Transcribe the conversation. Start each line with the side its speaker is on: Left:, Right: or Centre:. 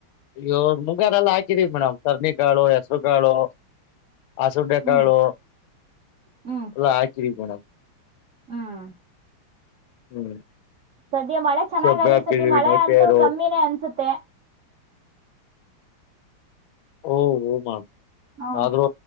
Left: ಇ ಮುಂಗಾರ ಎಲ್ಲ ಹಾಕಿದೀವಿ ಮೇಡಮ್ ಸರ್ನಿಿಕಾಳು ಹೆಸರು ಕಾಳು. ಆಸಂಬೆಕಾಳು
Right: ಹ್ಮ್ ಹ್ಮ್
Left: ಎಲ್ಲ ಆಕರಿ ಮೇಡಮ್.
Right: ಹ್ಮ್.
Left: ಹ್ಮ್.
Right: ಸದ್ಯ ಮಳೆ ಚೆನ್ನಾಗರಿ
Left: ಶಬ್ಬೆ ಹಾಕಿದೀವಿ
Right: ಈ ಸತಿ ಮಳೆ
Left: ನೇಪಿಯರು
Right: ಅಂತೂ ಕಮ್ಮಿನೇ ಅನ್ಸುತ್ತೆ.
Left: ಹಓ ಹ ಮ್
Right: ಹ
Left: ಆದ್ರೂ